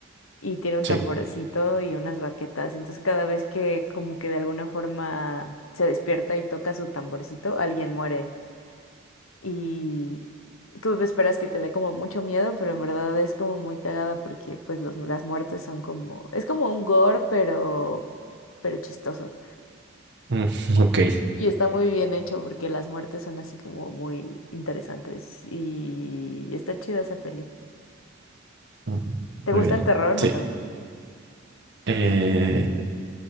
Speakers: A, on the left (about 80°); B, on the right (about 60°).
A: y tiene un
B: sí,
A: tamborcito y unas baquetas. Entonces cada vez que como que de alguna forma se despierta y toca su tamborcito, alguien muere. Y tú esperas que te dé como mucho miedo, pero en verdad es como muy cagada porque pues los, las muertes son como... Es como un gore, pero, pero chistoso.
B: mm, <laughs> ok.
A: Y está muy bien hecho porque las muertes son así como muy interesantes. Y está chida esa peli.
B: Mm,
A: ¿Te
B: Muy
A: gusta
B: bien.
A: el terror?
B: Sí.
A: No tanto.
B: Eh,